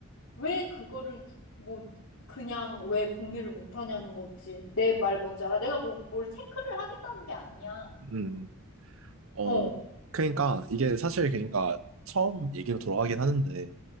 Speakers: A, on the left; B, on the right.
A: 왜 그거를 구- 뭐 그냥 왜 공유를 못 하냐는 거지. 내 말 뭔지 알아? 내가 뭐 뭘 체크를 하겠다는 게 아니야.
B: 음, 어,
A: 어,
B: 그러니까 이게 사실 그러니까 처음 얘기로 돌아가긴 하는데